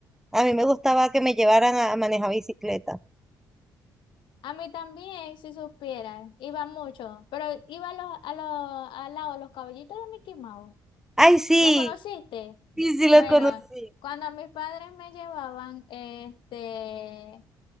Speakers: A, in the centre; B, on the left.
A: A mí me gustaba que me llevaran a, a manejar bicicleta.
B: A mí también, si supieran, iba mucho, pero iba a los, a los, al lado de los caballitos de Mickey Mouse.
A: ¡Ay, sí!
B: ¿Lo conociste?
A: Sí, sí, lo
B: Bueno,
A: conocí.
B: cuando mis padres me llevaban, este,